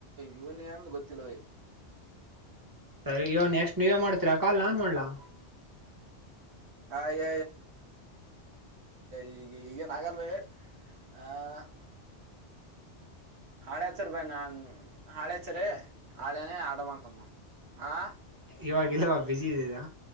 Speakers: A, on the right; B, on the right.
A: ಯೂನಿ ಅಂದ ಗೊತ್ತಿಲ್ಲ.
B: ಸರಿ ಇವೋ ನೆಕ್ಸ್ಟ್ ನೀವೇ ಮಾಡ್ತತಿರಾ ಕಾಲಲ್ಲಾನ್ ಮಾಡಲಾ. <unintelligible>
A: ಹಯ ಈ ಈಗೇನ್ ಆಗಲ್ವ. ಆ <unintelligible> ನಾಳೆ ಹಚ್ಚರಿ ಬಾಯಿ ನಾನ್ ನಾಳೆ ಹಚ್ಚರಿ ಆಡಮ್ ಮಂತ ಆ.
B: ಇವಾಗಲ್ಲವ ಬ್ಯಸಿ ಇದಿರಾ.